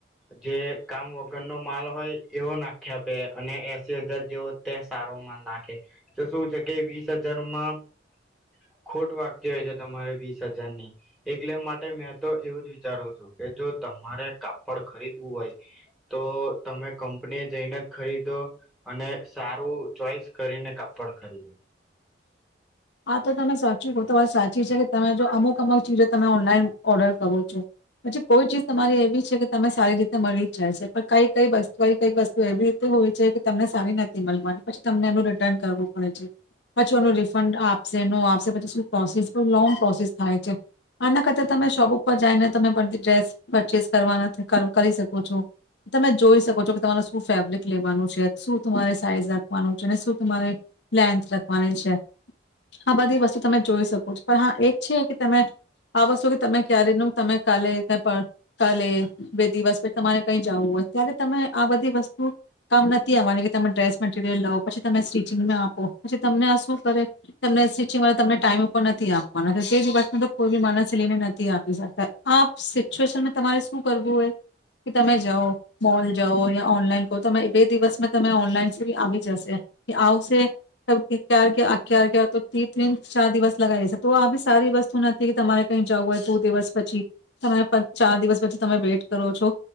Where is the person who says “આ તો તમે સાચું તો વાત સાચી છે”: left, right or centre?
Left